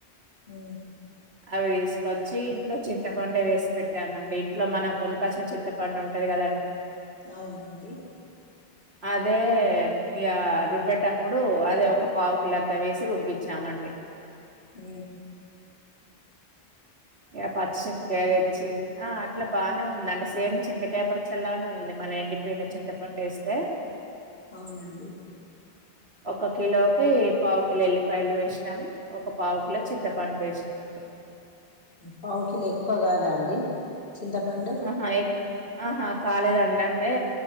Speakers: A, on the left; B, on the right.
A: ఆ
B: అవి తీసుకొచ్చి ఇంట్లో చింతపండు వేసి పెట్టామండి ఇంట్లో మనం కొనుక్కొచ్చిన చింతపండు ఉంటది కదండి
A: అవునండి
B: అదే ఇక రుబ్బేటప్పుడు అదే ఒక పావుకిల అంతా వేసి రుబ్బచ్చామండి
A: హ
B: ఈగ పచ్చి చింతకాయ తెచ్చి ఆ అట్లా బాగానే ఉందండి సేమ్ చింతకాయపచ్చలానే ఉంది మన ఎండి న చింత
A: ఉమ్
B: పండిేస్తే
A: అవునండి
B: ఒక కిలోకి పావు కిలో ఎల్లి పైలు వేసినాము ఒక పావుకులో చింతపండులు వేసినాం అండి
A: పావుకిలో ఎక్కువ కాదా అండి చింతపండు
B: ఆహా ఏ ఆహా కాలేదండి అంతే అంటే